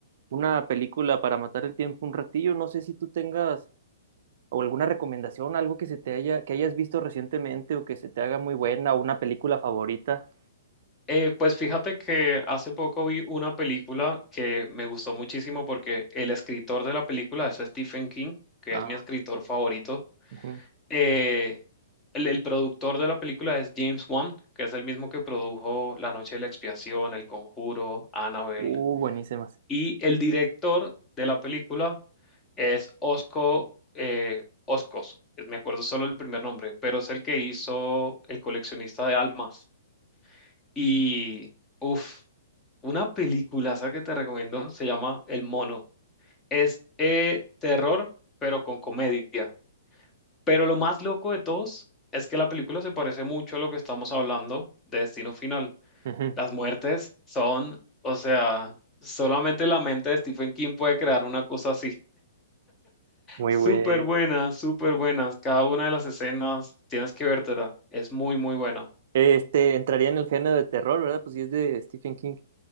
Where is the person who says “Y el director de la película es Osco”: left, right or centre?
Left